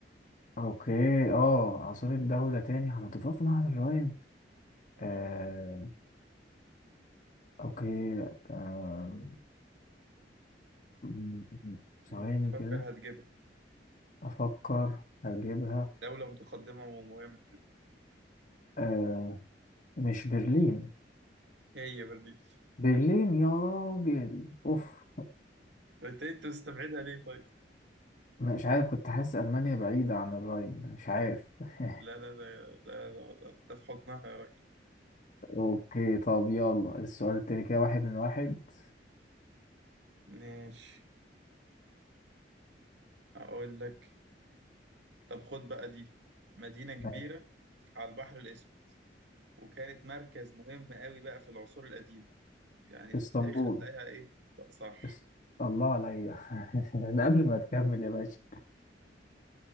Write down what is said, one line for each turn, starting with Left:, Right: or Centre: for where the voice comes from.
Left: اوكي اه عاصمة دولة تاني هنضيفها في نهر الراين
Right: اه
Left: آه. اوكي آه. م- م-
Right: يعني
Left: ثواني
Right: فكر
Left: كده
Right: هتجيبها
Left: افكر هجيبها
Right: دولة متقدمة ومهمة كده
Left: آه. مش برلين
Right: هي برلين
Left: برلين يا راجل اوف
Right: طيب، انت انت مستبعدها ليه طيب؟
Left: مش عارف كنت حاسس المانيا بعيدة عن الراين مش عارف <laughs>
Right: لا لا لا ده ده ده في حضنها يا راجل
Left: اوكي طب يلا السؤال التاني كده واحد من واحد
Right: ماشي اقول لك طب خد بقى دي مدينة كبيرة
Left: ماشي.
Right: على البحر الأسود وكانت مركز مهم قوي بقى في العصور القديمة يعني
Left: اسطنبول
Right: في التاريخ هتلاقيها إيه طب صح
Left: اس... الله عليا <laughs> ده قبل ما تكمل يا باشا